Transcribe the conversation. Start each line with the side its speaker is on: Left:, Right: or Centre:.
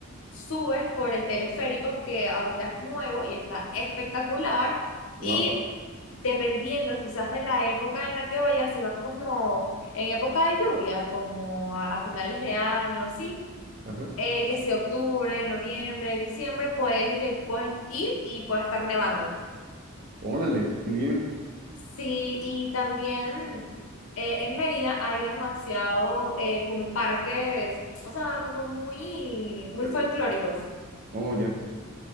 Left: subes por el teleférico, que ahorita es nuevo y está espectacular,
Right: Wow.
Left: y dependiendo quizás de la época en la que vayas, si vas como en época de lluvia, como a, a finales de año, así,
Right: Ajá.
Left: eh, que si octubre, noviembre, diciembre, puedes, lle- puedes ir y puede estar nevando.
Right: Órale, qué bien.
Left: Sí, y también eh, en Mérida hay demasiado eh, como parques, o sea, como muy, muy
Right: ¿Verdad?
Left: folclóricos.
Right: Oh, ya.